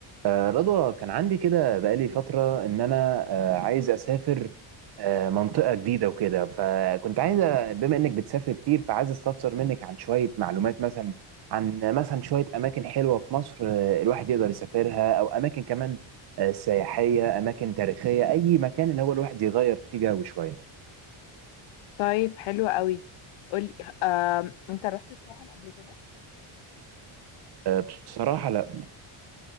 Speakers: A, on the right; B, on the left.
A: آه، رضوى كان عندي كده بقالي فترة إن أنا آه، عايز أسافر آه، منطقة جديدة وكده فكنت عايز أ- بما إنك بتسافر كتير فعايز أستفسر منك عن شوية معلومات مثلا عن مثلا شوية أماكن حلوة في مصر آه، الواحد يقدر يسافرها أو أماكن كمان آه، سياحية أماكن تاريخية أي مكان اللي هو الواحد يغير فيه جو شوية
B: طيب حلو قوي قولي آه، انت رحت الساحل قبل كده
A: آه، بصراحة لا